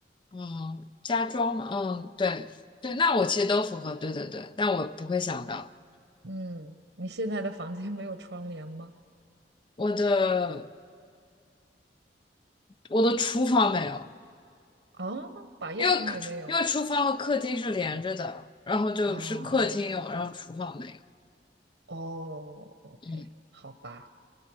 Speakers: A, on the left (about 30°); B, on the right (about 80°).
A: 嗯，家装嘛，嗯，对对，那我其实都符合，对对对，但我不会想到
B: 嗯，你现在的房间没有窗帘吗？
A: 我的我的厨房没有。
B: 啊，百叶窗也没有
A: 因为因为厨房和客厅是连着的，然后就是客厅有，
B: 啊。
A: 然后厨房没有。
B: 哦，OK，
A: 嗯，
B: 好吧，